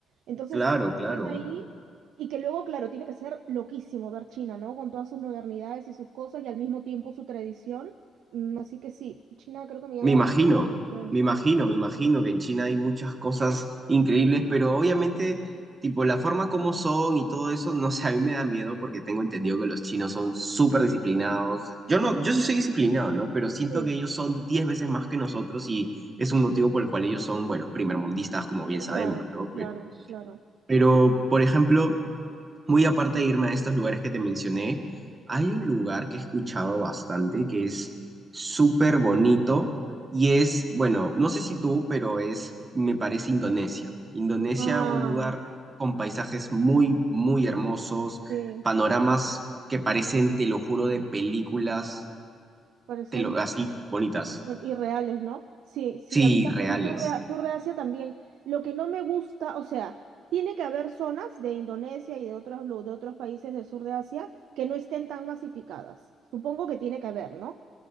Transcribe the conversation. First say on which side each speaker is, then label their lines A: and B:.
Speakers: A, on the right (about 80°); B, on the right (about 30°).
A: Entonces,
B: claro, claro.
A: desde ahí, y que luego, claro, tiene que ser loquísimo ver China, ¿no? Con todas sus modernidades y sus cosas, y al mismo tiempo su tradición. Mm, Así que sí, China creo que me llama
B: Me imagino,
A: bastante. la atención.
B: me imagino, me imagino que en China hay muchas cosas increíbles, pero obviamente, tipo, la forma como son y todo eso, no sé, a mí me da miedo porque tengo entendido que los chinos son súper disciplinados. Yo no, yo sí soy disciplinado, ¿no? Pero siento
A: Sí.
B: que ellos son 10 veces más que nosotros y es un motivo por el cual ellos son, bueno, primermundistas, como bien sabemos,
A: Claro,
B: ¿no?
A: claro,
B: Pero,
A: claro.
B: pero, por ejemplo, muy aparte de irme a estos lugares que te mencioné, hay un lugar que he escuchado bastante que es súper bonito y es, bueno, no sé si tú, pero es, me parece Indonesia. Indonesia,
A: Ah,
B: un lugar con paisajes muy, muy hermosos,
A: sí,
B: panoramas que parecen, te lo juro, de películas,
A: parecen
B: te lo, así bonitas.
A: irreales, ¿no? Sí, sí,
B: Sí,
A: a mí también,
B: reales,
A: sur de, sur de Asia también. Lo que no me gusta, o sea, tiene que haber zonas de Indonesia y de otros, lu- de otros países del sur de Asia que no estén tan masificadas. Supongo que tiene que haber, ¿no?